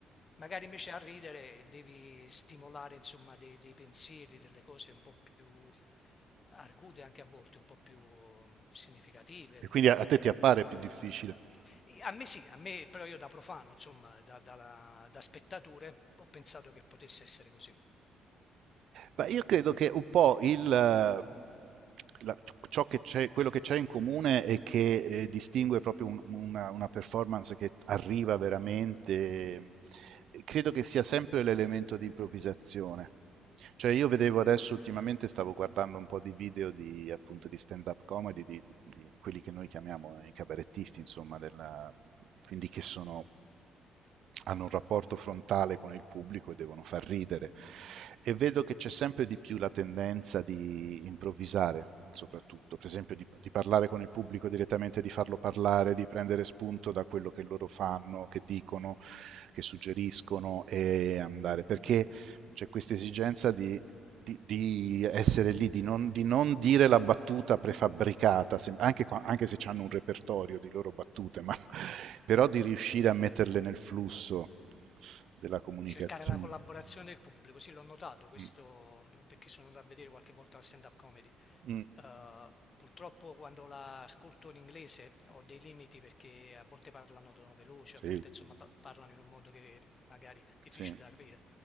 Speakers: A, on the left; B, on the right.
A: Magari invece a ridere devi stimolare insomma, dei, dei pensieri, delle cose un po' più argute anche a volte, un po' più mm, significative,
B: E quindi a, a te ti appare più difficile.
A: i- A me sì, a me però io da profano, insomma, da, da- da spettatore, ho pensato che potesse essere così.
B: Ma io credo che un po' il, eh, la- ciò che c'è, quello che c'è in comune è che eh, distingue proprio un- una, una performance che arriva veramente. eh, Credo che sia sempre l'elemento di improvvisazione. Cioè, io vedevo adesso ultimamente, stavo guardando un po' di video di, appunto, di stand-up comedy di di, di quelli che noi chiamiamo i cabarettisti, insomma, della, quindi che sono hanno un rapporto frontale con il pubblico e devono far ridere. E vedo che c'è sempre di più la tendenza di improvvisare, soprattutto, per esempio di, di, parlare con il pubblico direttamente, di farlo parlare, di prendere spunto da quello che loro fanno, che dicono, che suggeriscono e andare. Perché c'è questa esigenza di, di- di essere lì, di non, di non dire la battuta prefabbricata, se- anche, qua- anche se hanno un repertorio di loro battute, ma, <laughs> però di riuscire a metterle nel flusso della comunicazione.
A: Cercare la collaborazione del pubblico, sì, l'ho notato questo
B: Mm,
A: mh, perché sono andato a vedere qualche volta la stand-up comedy.
B: mm,
A: Eh, purtroppo quando la ascolto in inglese ho dei limiti perché a volte parlano tono veloce,
B: sì,
A: a volte insomma pa- parlano in un modo che magari è difficile
B: sì, sì.
A: da capire.